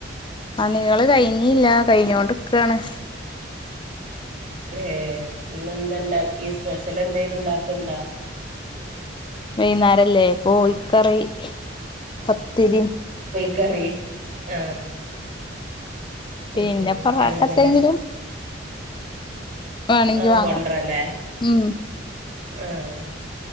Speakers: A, on the left; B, on the right.
A: പണികള് കഴിഞ്ഞില്ല കഴിഞ്ഞോണ്ടിക്കാണ്
B: ഏഹ് ഇന്നെന്ത ഇണ്ടാക്കി സ്പെഷ്യൽ എന്തെലും ഉണ്ടാക്കണ്ടാ
A: വൈന്നേരംല്ലേ കോഴിക്കറി പത്തിരി
B: കറി ആഹ്
A: പിന്നെ
B: അയ് ശരി
A: പൊറാട്ട
B: അങ്ങനെല്ലേ
A: എത്തെങ്കിലും വാണെങ്കി
B: ആഹ്
A: വാങ്ങാം
B: കൊണ്ടറല്ലേ
A: ഉം
B: ആഹ്